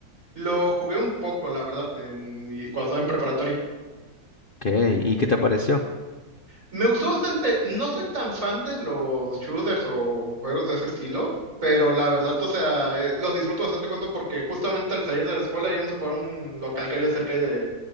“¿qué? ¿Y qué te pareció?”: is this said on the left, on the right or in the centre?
Left